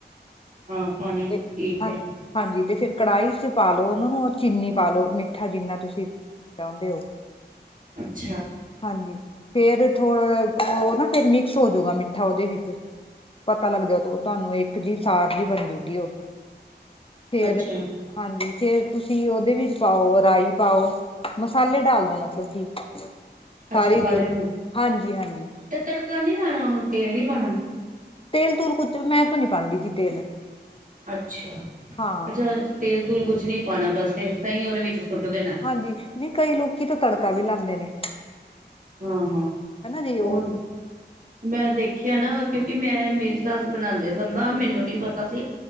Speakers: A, on the right; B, on the left.
A: ਹਾਂ, ਪਾਣੀ
B: ਤੇ
A: ਠੀਕ
B: ਹਾਂ
A: ਏ।
B: ਹਾਂਜੀ! ਤੇ ਫੇਰ ਕੜਾਈ 'ਚ ਪਾ ਲੋ ਉਨਾਂ ਨੂੰ ਔਰ ਚੀਨੀ ਪਾ ਲੋ, ਮਿੱਠਾ ਜਿੰਨਾ ਤੁਸੀਂ ਚਾਂਦੇ ਓ।
A: ਅੱਛਾ।
B: ਹਾਂਜੀ! ਫੇਰ ਥੋੜਾ ਓ ਨਾ, ਫੇਰ ਮਿਕਸ ਹੋਜੂਗਾ ਮਿੱਠਾ ਉਦੇ ਵਿੱਚ। ਪਤਾ ਲੱਗਦਾ ਤੋ ਤੁਹਾਨੂੰ, ਇੱਕ ਜਿ ਸਾਰ ਜਿ ਬਣਜੂਗੀ ਉਹ, ਫੇਰ
A: ਅੱਛਾ
B: ਹਾਂਜੀ! ਫੇਰ ਤੁਸੀਂ ਓਦੇ ਵਿੱਚ ਪਾਓ, ਰਾਈ ਪਾਓ। ਮਸਾਲੇ ਡਾਲ ਦੋ ਮਤਲਬ ਕਿ। ਸਾਰੀ
A: ਅੱਛਾ, ਸਾਰਿਆ
B: ਜੋ
A: ਨੂੰ
B: ਹਾਂਜੀ ਹਾਂਜੀ
A: ਤੇ ਤੜਕਾ ਨੀ ਲਾਣਾ ਉਨੂੰ, ਤੇਲ ਨੀ ਪਾਣਾ?
B: ਤੇਲ-ਤੂਲ ਕੁਛ, ਮੈਂ ਤੋ ਨੀ ਪਾਂਦੀ ਜੀ ਤੇਲ।
A: ਅੱਛਾ!
B: ਹਾਂ
A: ਅੱਛਾ, ਤੇਲ-ਤੂਲ ਕੁਛ ਨੀ ਪਾਣਾ, ਬਸ ਏਸ ਤਰਾਂ ਈ ਉਦੇ ਵਿੱਚ ਸੁੱਟ ਦੇਣਾ।
B: ਹਾਂਜੀ, ਨਈਂ ਕਈ ਲੋਕੀ ਤਾਂ ਤੜਕਾ ਵੀ ਲਾਂਦੇ ਨੇ।
A: ਹਾਂ, ਹਾਂ
B: ਹਨਾ ਜੀ
A: ਉਹ ਮੈਂ ਦੇਖਿਆ ਨਾ ਕਿਉਂਕਿ ਮੈਂ ਮੇਰੀ ਸੱਸ ਬਣਾਂਦੇ ਸਨ ਨਾ, ਮੈਨੂੰ ਨੀ ਪਤਾ ਸੀ,